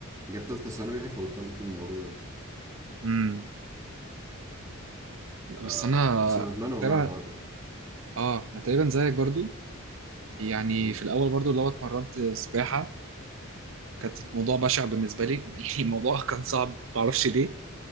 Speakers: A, on the right (about 15°); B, on the right (about 65°).
A: جت تالتة ثانوي فبطلت الموضوع ده
B: امم لا
A: ف-
B: بس انا
A: بس ندمان والله
B: تقريبا
A: على الحوار ده
B: اه انا تقريبا زيك برضو يعني
A: مم.
B: في الاول برضو اللي هو اتمرنت سباحة كانت الموضوع بشع بالنسبه لي <laughs> يعني الموضوع كان صعب
A: <laughs>
B: ما اعرفش ليه